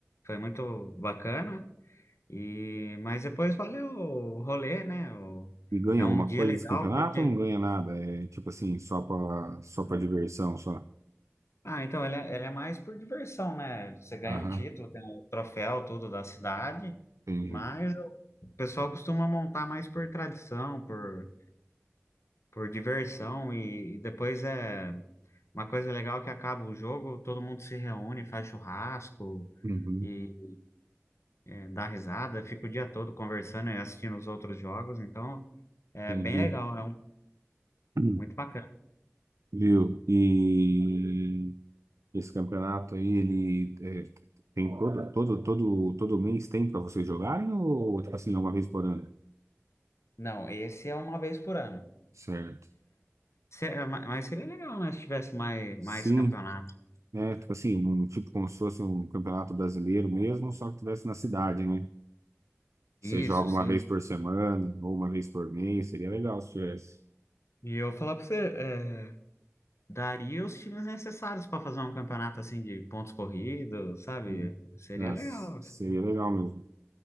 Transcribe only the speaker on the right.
E ganha
alguma
coisa
desse campeonato
ou não ganha nada? É tipo assim, só pra, só pra diversão, só?
Aham,
entendi.
Uhum,
entendi.
Hum.
Viu? E esse campeonato aí, ele é, tem todo, todo, todo, todo mês tem para vocês jogarem ou, tipo assim, uma vez por ano?
Certo.
Sim,
né? Tipo assim, um, tipo como se fosse um campeonato brasileiro mesmo, só que tivesse na cidade, né? Você
joga
uma vez por semana ou uma vez por mês, seria legal se tivesse.
Hum.
Nossa,
seria
legal mesmo.